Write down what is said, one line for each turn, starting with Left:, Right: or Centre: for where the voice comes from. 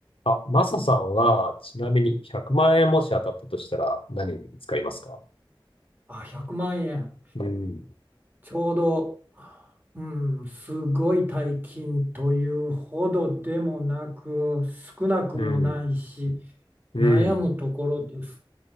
Left: あ、マサさんは、ちなみに100万円もし当たったとしたら何に使いますか
Right: あ、100万円。
Left: うん、
Right: ちょうど、うん、すごい大金というほどでもなく、少なくもないし、
Left: うん、うん、
Right: 悩むところです